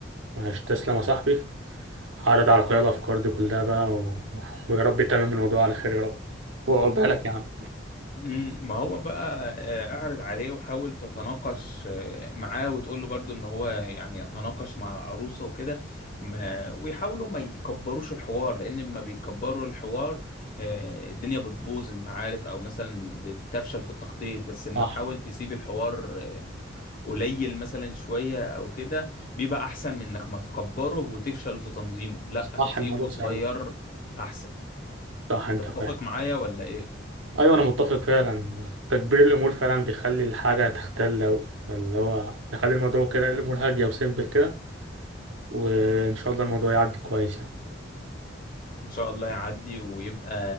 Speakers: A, on the right; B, on the left.
A: معلش تسلم يا صاحبي هعرض على اخويا الافكار دي كلها بقى و... ويا رب يتمم الموضوع على خير يا رب وعقبالك يا عم
B: مم، ما هو بقى آه، اعرض عليه وحاول تتناقش آه، معاه وتقول له برضو ان هو يعني يتناقش مع العروسة وكده ما- ويحاولوا ما يكبروش الحوار لان لما بيكبروا الحوار آه، الدنيا بتبوظ انت عارف او مثلا بتفشل في التخطيط بس لما
A: صح
B: تحاول تسيب الحوار آه، قليل مثلا شوية او كده بيبقى احسن من انك ما تكبره وتفشل في تنظيمه لا
A: صح
B: سيبه
A: الموضوع
B: صغير
A: سهل
B: احسن
A: صح انت
B: تتفق
A: فاهم
B: معايا ولا ايه
A: ايوه انا متفق فعلا تكبير الامور فعلا بيخلي الحاجه تختل اوي فاللي هو نخلي الموضوع كده الامور هاديه وسيمبل كده وان شاء الله الموضوع يعدي كويس يعني
B: ان شاء الله يعدي ويبقى